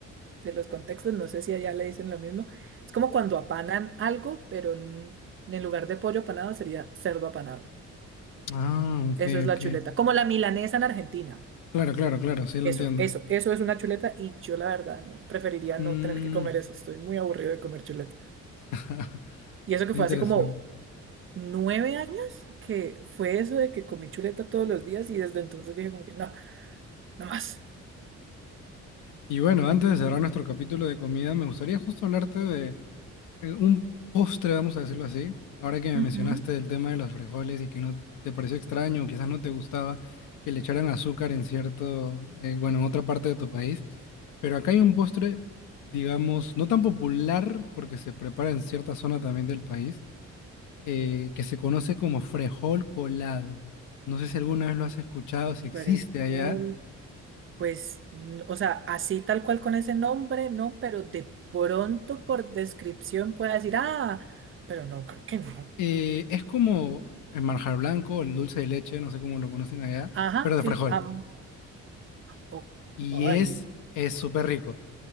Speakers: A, on the right; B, on the left.
A: de los contextos, no sé si allá le dicen lo mismo. Es como cuando apanan algo, pero en en lugar de pollo apanado sería cerdo apanado.
B: Ah, ok,
A: Eso es la
B: ok.
A: chuleta. Como la milanesa en Argentina.
B: Claro, claro, claro, sí lo
A: Eso,
B: entiendo.
A: eso, eso es una chuleta y yo la verdad no, preferiría
B: Mm,
A: no tener que comer eso. Estoy muy aburrido de comer chuleta.
B: <laughs>
A: Y eso que
B: interesante.
A: fue hace como nueve años que fue eso de que comí chuleta todos los días y desde entonces dije como que no, no más.
B: Y bueno, antes de cerrar nuestro capítulo de comida, me gustaría justo hablarte de Eh, Un postre, vamos a decirlo así. Ahora que me mencionaste
A: Ujú.
B: el tema de los frijoles y que no te pareció extraño, o quizás no te gustaba que le echaran azúcar en cierto, eh, bueno, en otra parte de tu país. Pero acá hay un postre, digamos, no tan popular porque se prepara en cierta zona también del país, eh, que se conoce como frejol colado. No sé si alguna vez lo has escuchado, si existe
A: Perejil.
B: allá.
A: Pues, n- o sea, así tal cual con ese nombre, no, pero de pronto por descripción pueda decir, ah, pero no, creo que no.
B: Eh, es como el marjar blanco, el dulce de leche, no sé cómo lo conocen allá,
A: Ajá,
B: pero de
A: sí,
B: frejol.
A: am, o-
B: Y
A: ay,
B: es, es súper rico,